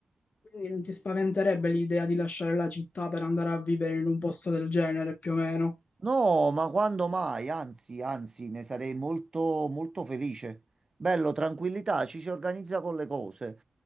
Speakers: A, on the left (about 60°); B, on the right (about 25°).
A: Quindi non ti spaventerebbe l'idea di lasciare la città per andare a vivere in un posto del genere, più o meno?
B: No, ma quando mai? Anzi, anzi, ne sarei molto, molto felice. Bello, tranquillità, ci si organizza con le cose.